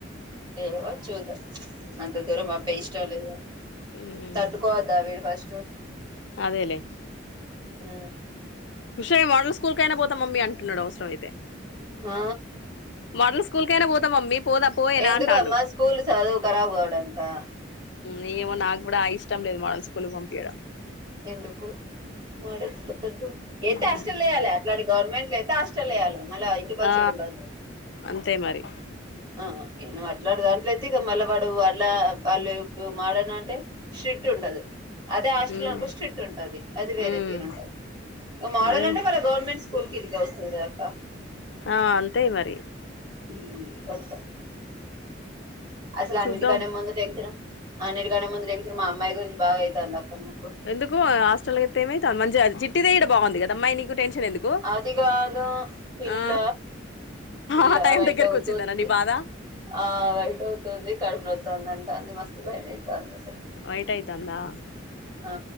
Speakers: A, on the right; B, on the left.
A: ఏమో చుద్దాం అంత దూరము అప్పుడు వేస్తా లేదా అని
B: ఉమ్
A: తట్టుకోవద్దా వీడు ఫస్ట్
B: అదేలే
A: మ్
B: విషయం వాడు స్కూల్ అయినా పోతా మమ్మీ అంటున్నాడు అవసర అయితే
A: ఆ
B: మోడల్ స్కూల్కైనా పోతాం మమ్మీ పోదా పోయేనా
A: ఎందుకు
B: అంటాండు
A: అమ్మా స్కూల్ చదువు ఖరాబ్ కావడానికా
B: నియేమో నాకు కూడా ఇష్టం లేదు మడల్ స్కూల్కి పంపించయడం
A: ఎందుకు మోడల్ స్కూల్ వద్దు ఎత్తే
B: ఉమ్
A: హాస్టల్ లో వేయాలి అట్లాడి గవర్మెంట్ అయితే హాస్టల్ లో వేయాలి. అ మల్లా ఇంటికి వచ్చేది
B: ఆ
A: ఉండద్దు
B: అంతే మరి
A: ఆ ఏం గాదు అట్లాడ దాంట్లో అయితే అట్లా మళ్ళా వాడు మారాను అంటే స్ట్రిక్ట్ ఉండదు. అదే హాస్టల్
B: ఉమ్
A: అయితే స్ట్రిక్ట్ ఉంటాది. అది వేరే
B: ఉమ్
A: తీరు ఉంటాది. మోడల్
B: అదే
A: అంటే వాళ గవర్నమెంట్ స్కూల్ కిందికే వస్తుంది అక్క
B: ఆ అంతే మరి
A: ఉ భర్త అసలు అన్నిటికనే
B: చూద్దాం
A: ముందు టెన్షన్ అన్నిటికనే ముందు టెన్షన్ మా అమ్మాయి గురించి బాగా అవుతుంది తప్ప
B: ఎందుకు హాస్టల్ కేతే ఏమైతాంది మంచి జిట్టి తేయడా బాగుంది కద అమ్మాయి నీకు టెన్షన్ ఎందుకు
A: అదిి కాదో పిల్ల
B: ఆ
A: పిల్ల
B: ఆ టైం
A: వైట్
B: దగ్గరకు
A: అవుతూందింది
B: వచ్చిందనా నీ బాధ
A: ఆ వైట్ అవుతుంది కడుపు నోస్ తోంది అంటుంది మస్త భయమైతాంది అసలు
B: వైట్ ఐతాందా
A: ఆ